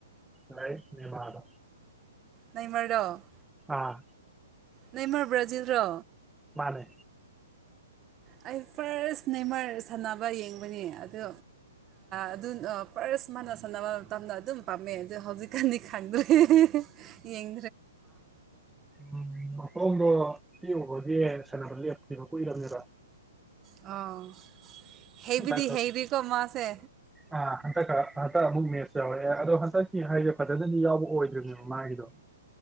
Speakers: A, in the centre; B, on the right.
A: ꯍ ꯃꯗ
B: ꯅꯃꯔꯗꯣ
A: ꯑꯥ
B: ꯅꯃꯔ ꯕ꯭ꯔꯥꯖꯤꯜꯔꯣ
A: ꯃꯥꯅꯦ
B: ꯑꯩ ꯐꯥꯔꯁ ꯅꯦꯃꯔ ꯁꯥꯟꯅꯕ ꯌꯦꯡꯕꯅꯦ ꯑꯗꯣ ꯑꯗꯨ ꯄ꯭ꯔꯁ ꯃꯥꯅ ꯁꯥꯟꯅꯕ ꯃꯇꯝꯅ ꯑꯗꯨꯝ ꯄꯥꯝꯃꯦ ꯑꯗꯣ ꯍꯧꯖꯤꯛꯀꯥꯟꯗꯤ ꯈꯪꯗꯣꯏ ꯌꯦꯡ
A: ꯎꯝ ꯃꯈꯣꯡꯗꯣ ꯄ ꯎꯕꯒꯤ ꯁꯥꯟꯅꯕ ꯂꯦꯞꯈꯤꯕ ꯀꯨꯏꯔꯕꯅꯤꯕ
B: ꯑꯣ ꯍꯦꯕꯤꯗꯤ
A: ꯍꯟꯗꯛ ꯈꯛ
B: ꯍꯦꯗꯤ ꯀꯃꯣꯁꯦ
A: ꯑꯥ ꯍꯟꯗꯛ ꯍꯟꯗꯛ ꯑꯃꯨꯛ ꯃꯦꯠꯁꯨ ꯌꯥꯎꯔꯦ ꯑꯗꯣ ꯍꯟꯗꯛꯀꯤ ꯍꯥꯏꯁꯦ ꯐꯖꯅꯗꯤ ꯌꯥꯎꯕ ꯑꯣꯏꯗ꯭ꯔꯤꯅꯦꯕ ꯃꯥꯒꯤꯗꯣ